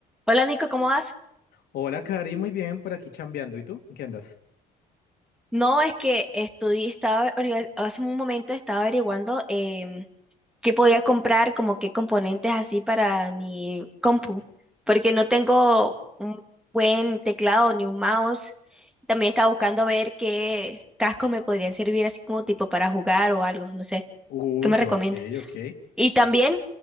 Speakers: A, in the centre; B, on the left (about 70°).
A: Hola Nico, ¿cómo vas?
B: Hola, Cari, muy bien, por aquí chambeando. ¿Y tú? ¿En ¿Qué andas?
A: No, es que estudié, estaba, averigua- hace un momento estaba averiguando em, qué podía comprar, como qué componentes así para mi compu, porque no tengo un buen teclado ni un mouse. También estaba buscando ver qué cascos me podrían servir así como tipo para jugar o algo, no sé,
B: Uy,
A: ¿qué me recomiendas?
B: ok, ok.
A: Y también